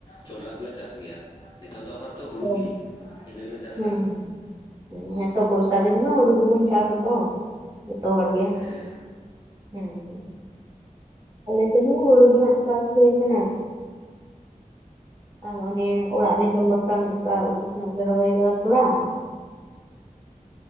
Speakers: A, on the left (about 30°); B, on the right (about 35°).
A: ᱡᱚᱸᱰᱨᱟ ᱠᱚᱞᱮ ᱪᱟᱥ ᱜᱮᱭᱟ ᱱᱤᱛᱚᱝ ᱫᱚ ᱟᱯᱟᱛᱚᱛᱚ ᱦᱩᱲᱩᱜᱤ,
B: ᱦᱮᱸ
A: ᱤᱱᱟᱹ ᱜᱮᱞᱮ ᱪᱟᱥ
B: ᱦᱮᱸ
A: ᱟᱠᱟᱫᱟ ᱾
B: ᱦᱮᱸ ᱛᱚ, ᱵᱚᱨᱥᱟ ᱫᱤᱱ ᱨᱮ ᱢᱟ ᱦᱩᱲᱩ ᱜᱤᱵᱩᱱ ᱪᱟᱥ ᱟᱛᱚ ᱡᱚᱛᱚ ᱦᱚᱲ ᱜᱮ ᱾
A: ᱦᱮᱸ
B: ᱦᱮᱸ ᱦᱩᱸ, ᱟᱞᱮ ᱥᱮᱱ ᱦᱚᱸ ᱦᱩᱲᱩ ᱜᱮ ᱦᱟᱸᱜ ᱪᱟᱥ ᱦᱩᱭ ᱟᱠᱟᱱᱟ ᱾ ᱟᱨ ᱚᱱᱮ ᱚᱲᱟᱜ ᱨᱮ ᱡᱚᱢ ᱵᱟᱠᱷᱨᱟ ᱢᱟᱱᱮ ᱱᱚᱝᱠᱟ ᱩᱛᱩ ᱛᱮᱱᱟᱜ ᱞᱮ ᱨᱚᱦᱚᱭ ᱠᱟᱫᱟ ᱛᱷᱚᱲᱟ ᱾